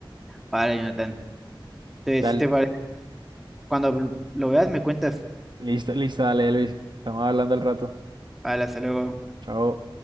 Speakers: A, in the centre; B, on the right.
A: Vale, Jonathan. Entonces,
B: dale,
A: ¿te parece? Cuando lo veas, me cuentas.
B: lista, lista, dale, Elvis. Estamos hablando al rato.
A: Vale, hasta luego.
B: Chao.